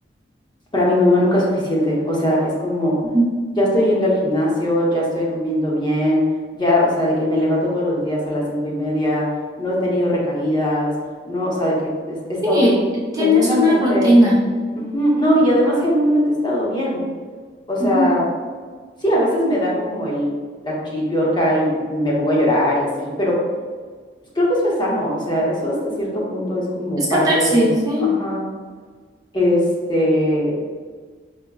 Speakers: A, on the left (about 25°); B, on the right (about 20°).
A: Para mi mamá nunca es suficiente, o sea, es como,
B: Ujú.
A: ya estoy yendo al gimnasio, ya estoy comiendo bien, ya, o sea, de que me levanto todos los días a las cinco y media, no he tenido recaídas, no, o sea, de que he, he estado
B: Sí, tienes
A: genuinamente,
B: una rutina.
A: ujú, no, y además genuinamente he estado bien, o sea,
B: Ujú.
A: sí, a veces me da como el, la chiripiorca y me pongo a llorar y así, pero pues, creo que eso es sano, o sea, eso hasta cierto punto es como
B: Es
A: parte
B: catarsis,
A: de,
B: sí.
A: ajá. Este,